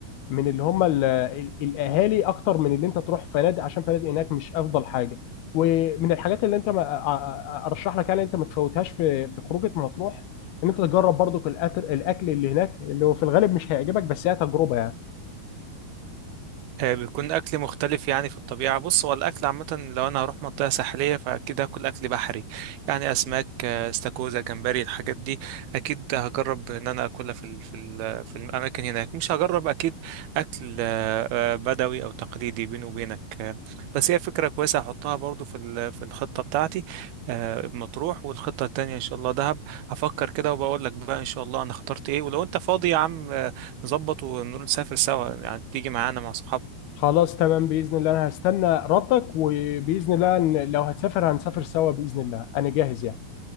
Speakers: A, on the left; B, on the right.
A: من اللي هم ال- ال- الاهالي اكتر من اللي انت تروح فنادق عشان فنادق هناك مش افضل حاجه ومن الحاجات اللي انت ما أ- أ- ارشح لك يعني انت ما تفوتهاش في في خروجه مطروح ان انت تجرب برضو الأكل اللي هناك اللي هو في الغالب مش هيعجبك بس هي تجربه يعني
B: آه، بيكون اكل مختلف يعني في الطبيعه بص هو الاكل عامه لو انا هروح منطقه ساحليه فاكيد هاكل اكل بحري يعني اسماك آه، استاكوزا جمبري الحاجات دي اكيد هجرب ان انا اكلها في ال في ال في الاماكن هناك مش هجرب اكيد اكل آه، آه، بدوي او تقليدي بيني وبينك آه، بس هي فكره كويسه هحطها برضو في ال- في الخطه بتاعتي آه، مطروح والخطه التانية ان شاء الله دهب هفكر كده وبقول لك بقى ان شاء الله انا اخترت ايه ولو انت فاضي يا عم آه، نظبط ونسافر سوا يعني تيجي معانا مع صحابك
A: خلاص تمام بإذن الله أنا هستنى ردك وبإذن الله إن لو هتسافر هنسافر سوا بإذن الله أنا جاهز يعني